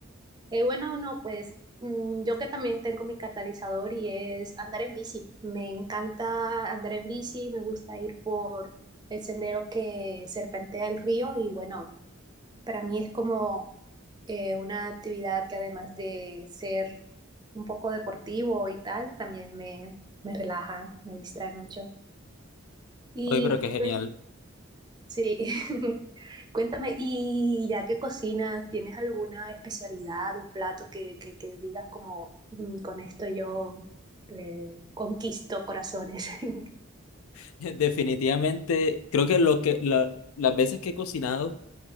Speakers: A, on the right (about 20°); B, on the left (about 85°).
A: Eh, bueno, no, pues mm, yo que también tengo mi catalizador y es andar en bici. Me encanta andar en bici, me gusta ir por el sendero que serpentea el río y bueno, para mí es como eh, una actividad que además de ser un poco deportivo y tal, también me, me relaja, me distrae mucho. Y
B: Oye, pero qué genial.
A: pues sí, <laughs> cuéntame, y ya que cocinas, ¿tienes alguna especialidad, un plato que, que, que digas como "Mm, con esto yo eh, conquisto corazones? <laughs>
B: <laughs> Definitivamente, creo que lo que la- las veces que he cocinado